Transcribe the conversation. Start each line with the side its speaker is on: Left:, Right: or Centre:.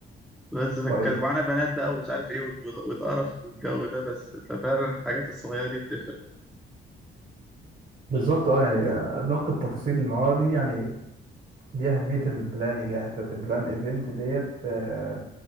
Centre: بس كان
Right: طيب
Centre: معانا بنات بقى ومش عارف ايه وت- وت- واتقرف والجو ده بس ففعلا الحاجات الصغيره دي بتفرق
Right: بالظبط اه يعني آه، ادق التفاصيل ما هو دي يعني دي اهميه البلاننج يعني انت تبلان ايفنت ديت آه،